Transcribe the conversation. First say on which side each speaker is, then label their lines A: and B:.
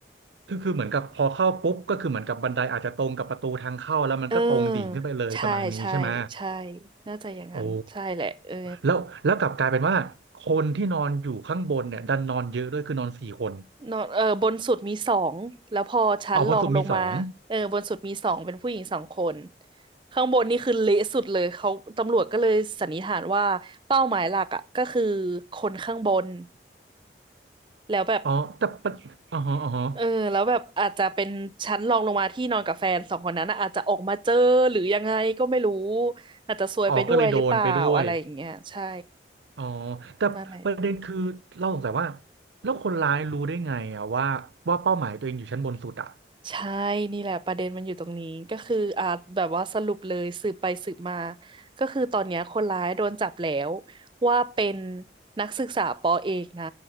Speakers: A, on the right; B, on the right.
A: คือคือเหมือนกับพอเข้าปุ๊บก็คือเหมือนกับบันไดอาจจะตรงกับประตูทางเข้าแล้วมันก็ตรงดิ่งขึ้นไปเลยประมาณนี้ใช่ไหม
B: เออใช่ใช่ใช่น่าจะอย่างนั้นใช่แหละเออ
A: โอ้แล้วแล้วกลับกลายเป็นว่า คนที่นอนอยู่ข้างบนเนี่ยดันนอนเยอะด้วยคือนอนสี่คน
B: นอนเออบนสุดมีสองแล้วพอชั้นรองลงมาเออบนสุดมีสองเป็นผู้หญิงสองคน
A: เอาบนสุดมีสอง
B: ข้างบนนี่คือเละสุดเลยเขาตำรวจก็เลยสันนิษฐานว่าเป้าหมายหลักอ่ะก็คือคนข้างบนแล้วแบบ
A: อ๋อแต่ประอ๋อฮะอ๋อฮะ
B: เออแล้วแบบอาจจะเป็นชั้นรองลงมาที่นอนกับแฟนสองคนนั้นนะอาจจะออกมาเจอหรือยังไงก็ไม่รู้อาจจะซวยไปด้วยหรือเปล่าอะไรอย่างเงี้ยใช่
A: อ๋อก็เลยโดนไปด้วยอ๋อแต่ประเด็นคือเราสงสัยว่า
B: นั่นแหละ
A: แล้วคนร้ายรู้ได้ไงอะว่าว่าเป้าหมายตัวเองอยู่ชั้นบนสุดอะ
B: ใช่นี่แหละประเด็นมันอยู่ตรงนี้ก็คืออ่าแบบว่าสรุปเลยสืบไปสืบมาก็คือตอนเนี้ยคนร้ายโดนจับแล้วว่าเป็นนักศึกษาปอเอกนะ